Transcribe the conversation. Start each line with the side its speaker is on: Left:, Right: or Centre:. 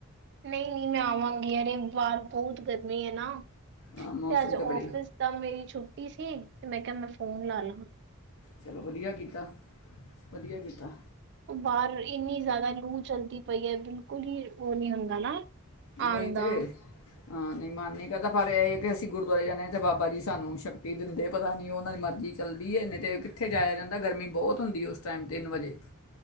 Right: ਨਹੀਂ- ਨਹੀਂ, ਮੈਂ ਆਵਾਂਗੀ ਅਤੇ ਬਾਹਰ ਬਹੁਤ ਗਰਮੀ ਹੈ ਨਾ।
Left: ਹਾਂ,
Right: ਤੇ
Left: ਮੌਸਮ
Right: ਅੱਜ
Left: ਬੜੀ
Right: ਫਿਸ ਤਾਂ ਮੇਰੀ ਛੁੱਟੀ ਟੀ ਸੀ। ਤੇ ਮੈਂ ਕਿਹਾ ਮੈਂ ਫੋਨ ਲਾ, ਲਾ।
Left: ਚਲੋ ਵਧੀਆ ਕੀਤਾ, ਵਧੀਆ ਕੀਤਾ।
Right: ਬਾਹਰ ਇੰਨੀ ਜ਼ਿਆਦਾ ਲੂ ਚਲਦੀ ਪਈ ਹੈ, ਬਿਲਕੁਲ ਹੀ ਉਹ ਨੀ ਹੁੰਦਾ ਨਾ।
Left: ਉਹੀ
Right: ਆਉਣ
Left: ਤੇ।
Right: ਦਾ
Left: ਹਾਂ, ਨਹੀਂ ਮਨ ਨਹੀਂ ਕਰਦਾ ਪਰ ਇਹ ਹੈ ਕਿ ਅਸੀਂ ਗੁਰਦੁਆਰੇ ਜਾਂਦੇ ਹਾਂ ਅਤੇ ਬਾਬਾ ਜੀ ਸਾਨੂੰ ਸ਼ਕਤੀ ਦਿੰਦੇ, ਪਤਾ ਨਹੀਂ ਉਹਨਾਂ ਦੀ ਮਰਜ਼ੀ ਚੱਲਦੀ ਹੈ ਨਹੀਂ ਤਾਂ ਕਿੱਥੇ ਜਾਇਆ ਜਾਂਦਾ ਗਰਮੀ ਬਹੁਤ ਹੁੰਦੀ ਹੈ ਉਸ ਟਾਈਮ, ਤਿੰਨ ਵਜੇ।